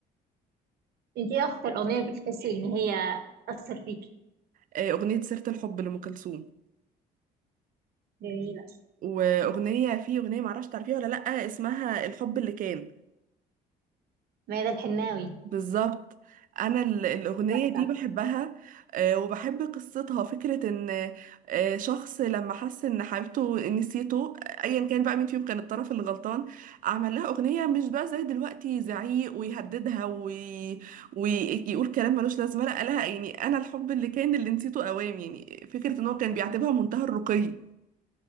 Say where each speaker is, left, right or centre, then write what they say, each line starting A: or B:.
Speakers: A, on the right; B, on the right.
A: انت ايه اكتر اغنيه بتحسي ان هي اثر فيكي
B: آه، اغنية سيرة الحب لأم كلثوم
A: جميله
B: واغنية في اغنية معرفش تعرفيها ولا لأ اسمها الحب اللي كان
A: ميادة الحناوي
B: بالظبط انا ال- الاغنيه
A: دي تحفه
B: دي بحبها آه، وبحب قصتها فكره ان آه، شخص لما حس ان حبيبته نسيته ايا كان بقى مين فيهم كان الطرف اللي غلطان عمل لها اغنيه مش بقى زي دلوقتي زعيق ويهددها وي... ويقول كلام ملوش لازمه لا لها يعني انا الحب اللي كان اللي نسيته اوام يعني فكره ان هو كان بيعتبرها منتهى الرقي